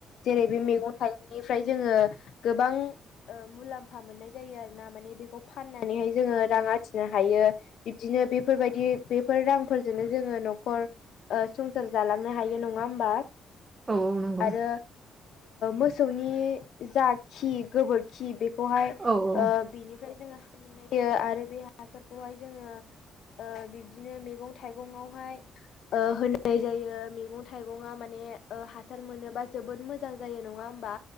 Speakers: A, on the left; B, on the right.
A: जेरै बे मैगं थाइगंनिफ्राय जोङो गोबां मुलाम्फा मोननाय जायो आरो ना माने बेखौ फाननानैहाय जोङो रां आरजिनो हायो बिदिनो बे बेफोरबायदि बेफोर रांफोरजोंनो जोङो न'खर संसार जालांनो हायो नङा होमबा
B: औ औ नंगौ
A: आरो मोसौनि जा खि गोबोरखि बे बेखौहाय
B: औ औ
A: ओ बेनिफ्राय जोङो हां मोननाय जायो आरो बे हासारखौहाय जोङो ओ बिब्दिनो मैगं थाइगंआवहाय ओ होननाय जायो मैगं थाइगं माने ओ हा हासार मोनोबा जोबोद मोजां जायो नङा होमबा?